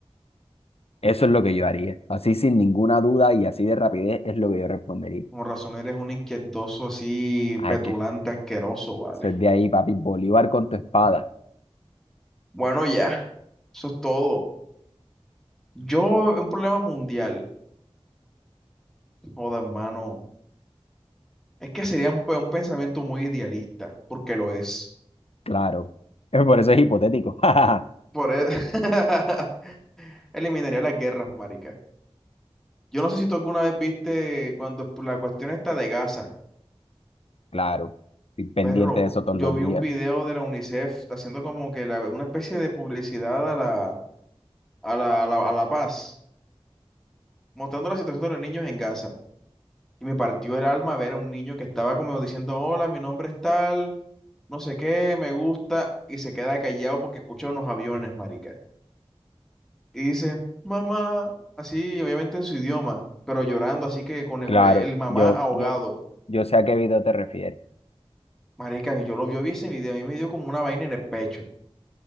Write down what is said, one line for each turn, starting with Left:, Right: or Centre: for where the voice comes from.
Left: Eso es lo que yo haría. Así sin ninguna duda y así de rapidez es lo que yo respondería.
Centre: con razón eres un inquietoso así,
Left: Ay,
Centre: petulante,
Left: que
Centre: asqueroso, vale?
Left: Eso es de ahí, papi. Bolívar con tu espada.
Centre: Bueno, ya, eso es todo. Yo, un problema mundial, joda, hermano, es que sería un, pe- un pensamiento muy idealista, porque lo es.
Left: Claro. Eh, Por eso es hipotético. <laughs> Ah,
Centre: Por eso, <laughs> eliminaría las guerras, marica. Yo no sé si tú alguna vez viste cuando la cuestión está de Gaza.
Left: Claro. Estoy pendiente
Centre: Perro,
Left: de eso todos
Centre: yo
Left: los
Centre: vi
Left: días.
Centre: un video de la UNICEF haciendo como que la- una especie de publicidad a la, a la, a la, a la paz, mostrando la situación de los niños en Gaza. Y me partió el alma ver a un niño que estaba como diciendo, hola, mi nombre es tal, no sé qué, me gusta, y se queda callado porque escucha unos aviones, marica. Y dice, mamá, así, obviamente en su idioma, pero llorando, así que con el,
Left: Claro.
Centre: con el mamá
Left: Yo,
Centre: ahogado.
Left: yo, yo sé a qué video te refieres.
Centre: Marica, yo lo yo vi ese video, a mí me dio como una vaina en el pecho.